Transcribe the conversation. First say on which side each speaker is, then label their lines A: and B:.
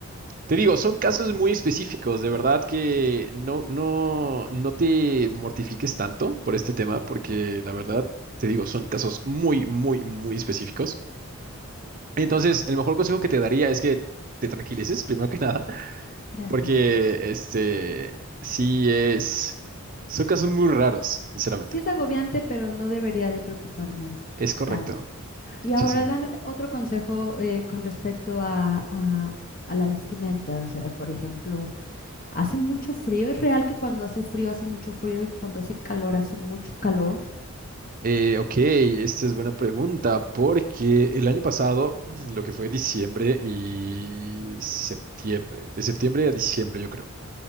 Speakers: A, on the right; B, on the left.
A: Te digo, son casos muy específicos, de verdad que no, no, no te mortifiques tanto por este tema, porque la verdad, te digo, son casos muy, muy, muy específicos. Entonces, el mejor consejo que te daría es que te tranquilices, primero que <laughs> nada,
B: Gracias.
A: porque este sí es, son casos muy raros, sinceramente.
B: Sí es agobiante, pero no debería de preocuparme
A: Es correcto.
B: tanto. Y ahora
A: Sí, sí.
B: dame otro consejo eh, con respecto a, a- a la vestimenta. O sea, por ejemplo, hace mucho frío. Es real que cuando hace frío hace mucho frío y cuando hace calor hace mucho calor.
A: Eh, ok, esta es buena pregunta, porque el año pasado, <clears throat> mm, lo que fue diciembre y septiembre, de septiembre a diciembre, yo creo.